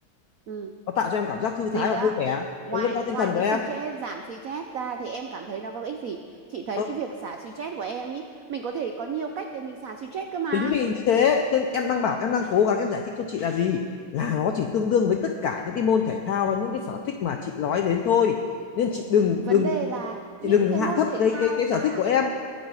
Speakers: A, on the right; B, on the left.
A: ừ
B: nó tạo cho em cảm giác thư thái
A: gì nữa
B: và vui vẻ
A: ngoài
B: nó nâng cao tinh
A: ngoài
B: thần
A: cái
B: của em
A: stress giảm stress ra thì em cảm thấy nó có ích gì chị thấy
B: Ờ,
A: cái việc xả stress của em ý mình có thể có nhiều cách để mình xả stress cơ mà
B: chính vì như thế nên em đang bảo em đang cố gắng em giải thích cho chị là gì là nó chỉ tương đương với tất cả những cái môn thể thao hay những cái sở thích mà chị nói đến thôi nên chị đừng
A: vấn
B: đừng
A: đề là những
B: chị đừng
A: cái
B: hạ
A: môn
B: thấp
A: thể
B: cái
A: thao
B: cái cái
A: và
B: sở thích của em